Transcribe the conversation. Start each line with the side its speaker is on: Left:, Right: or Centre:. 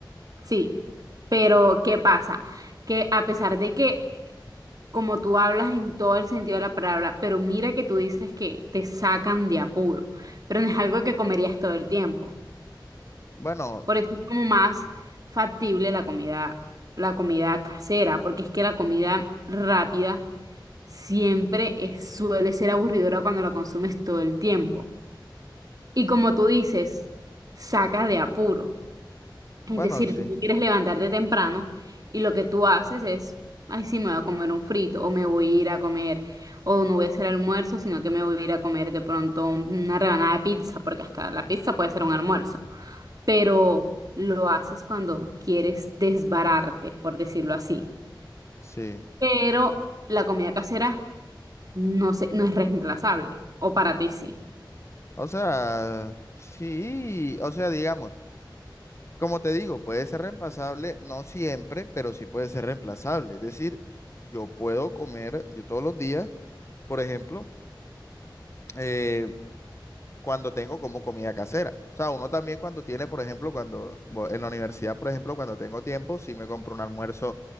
Right: sí. Pero ¿qué pasa? Que a pesar de que como tú hablas en todo el sentido de la palabra, pero mira que tú dices que te sacan de apuro, pero no es algo que comerías todo el tiempo.
Left: bueno,
Right: Por eso es como más factible la comida, la comida casera, porque es que la comida rápida siempre es- suele ser aburridora cuando la consumes todo el tiempo. Y como tú dices, saca de apuro. Es
Left: bueno,
Right: decir,
Left: sí,
Right: tú no quieres levantarte temprano y lo que tú haces es, ay, sí, me voy a comer un frito o me voy a ir a comer o no voy a hacer almuerzo, sino que me voy a ir a comer de pronto una rebanada de pizza, porque hasta la pizza puede ser un almuerzo. Pero lo haces cuando quieres desbararte, por decirlo así.
Left: sí.
Right: Pero la comida casera no sé, no es reemplazable. O para ti sí.
Left: O sea, sí, o sea, digamos, como te digo, puede ser reemplazable, no siempre, pero sí puede ser reemplazable. Es decir, yo puedo comer, yo todos los días, por ejemplo, eh, cuando tengo como comida casera. O sea, uno también cuando tiene, por ejemplo, cuando bo- en la universidad, por ejemplo, cuando tengo tiempo, sí me compro un almuerzo